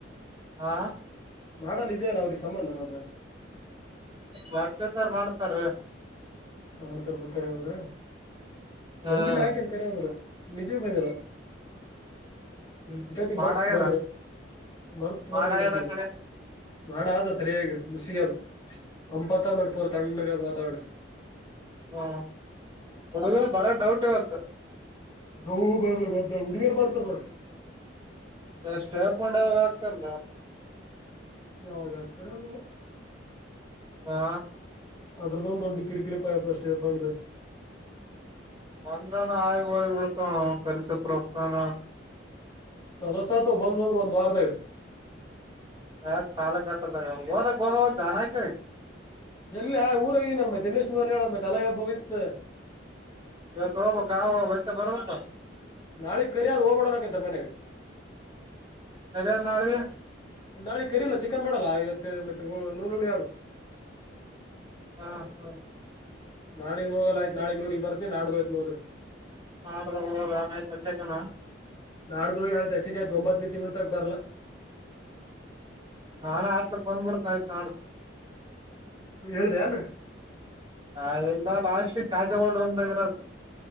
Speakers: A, on the right (about 25°); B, on the left (about 25°).
A: ಹಾ
B: ಮಾಡಲ್ ಇದೇ ನ ಅವ್ರಿಗೆ ಸಂಬಂಧ ನ ಬಂತ
A: ಮತ್ತದಾರ್ ಮಾಡ್ತಾರ
B: ಮಾಡ್ತರ್ ಬಿಡ್ಕರವಂದ್ರ
A: ಹ
B: ಬಂದಿಲ್ಲ ಯಾಕೆ ಅನ್ ಕರವಂದ್ರ ನಿಜೆ ಬ ನಲ್ಲ
A: ಹ್ಮ್
B: ಇಟೈತಿ
A: ಮಾಡಾಗ್ಯದ
B: ಬರ್ತ್ ಬಂದ್ರಿ ಮರ್ತ್
A: ಮಾಡಾಗ್ಯದ
B: ಬಂದ್ರ ಇಟೈತಿ
A: ಆ ಕಡೆ
B: ನಾ ಆದ ಸರಿಯಗ ನುಸಗದು ಅಂಪತ್ತ ನಡ್ ಪೂರ್ ತಣ್ಣಗದ್ ವಾತಾವರಣ
A: ಹಾ ಹಡಗ್ರ ಬರ ಡೌಟ್ ಇವತ್ತು
B: ನೋ ಬರ್ಲ ಮದ ಉಡಿಯರ್ ಬರ್ತಾರ ನೋಡಿ
A: ಎಷ್ಟ ಅಪ್ಪೊಂಡ ಅವಾಗ ಆಗ್ತಾರಲ್ಲ
B: ಯಾವಾಗ ಹತರ ನೀ
A: ಹಾ
B: ಅದ್ರದ ಒಂದು ದೊಡ್ಡ ಕಿರಿಕಿರಿ ಪಾಯಪ ಅಷ್ಟೇಫಂಡು
A: ಬಂದ್ರ ನ ಆ ಇ ರ್ಚಕ ರಕ್ತಾನ
B: ತಲಸತ ಬಂದ್ಂದ್ರರು ಒಂದ್ ವಾರದ ಇದು
A: ಯ ಸಾಲ ಕಸದ ಹಓದಾಗ ಹೋದದ ಜಾನ ಆಕ
B: ಎಲ್ಲಊರ ಏನಲ್ ಮ ತಲ್ಲೇಶಲ್ ಹೇಳ ಮ ತಲ ಹಬ್ಬ ಇತ್ತು
A: ಇ ತಬ ಕಾವ ಬ ಗಬತ
B: ನಾಳಿಗ್ ಕರಿದು ಹೋಗಬಡೋಣಕತ್ತಾರ ಮನ್ಯಾಗ
A: ಸರ ನಾಳಿಗೆ
B: ನಾಳಿ ಕರಿಲ್ಲ ಚಿಕನ್ ಮಾಡಲ್ಲ ಇವತ್ ಮತ್ತ ನೂಲೂಣ ಯಾವತ್
A: ಹಾ ಹಾ
B: ನಾಳಗ್ ನೋೋಗಲ್ಲ ಆಯತ್ ನಾಳಗ್ ನೂರಿಗೆಗ್ ಬರತ್ತ ನಾಡ್ದೋಯ್ತ್ ನೋದ್ರ
A: ನಾಡ್ದ ಹೋದ ಆಯ್ತ ಚಕನ
B: ನಾಳ್ದ ಯತ ಕ ಗೊಬತ್ ತಿಂಗಳ ತಕ್ ಬರ್ಲ
A: ನಾಾನಾ ಆತ್ಸಲ್ ಬಂದ್ಬಿಡ್ತ ಆಯ್ತು ನ
B: ಹೇಳ್ದ ಅಾನ
A: ನಾವೆಲ್ಲ ಲಾಲ್ೀ ತಾಜೆಗಳ್ರುಮ್ದಾಗಿ ಇರೋದು